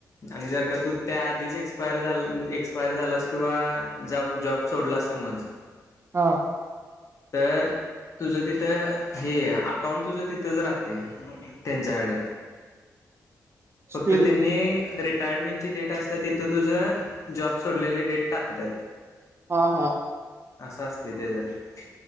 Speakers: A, on the left (about 45°); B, on the right (about 35°).
A: आणि जर का तू त्या आधीच एक एक्सपायर झालास, किंवा जॉब सोडला स संमज
B: हा.
A: तर तुझं तिथं हे अकाउंट तुझं तिथंच राहते त्यांच्याकडे.
B: <inaudible>
A: फक्त
B: स्टील
A: त्यांनी री टायरमेंटची डेट असते तिथं तुझं जॉब सोडलेली डेट टाकतात.
B: हा हा.
A: असं असते त्याच्यात.